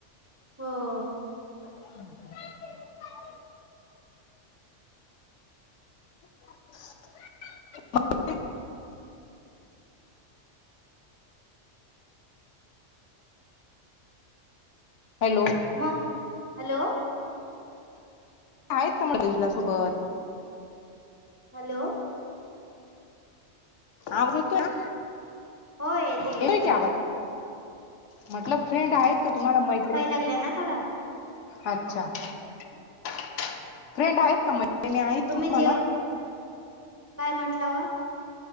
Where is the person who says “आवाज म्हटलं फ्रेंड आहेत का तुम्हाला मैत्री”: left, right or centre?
Left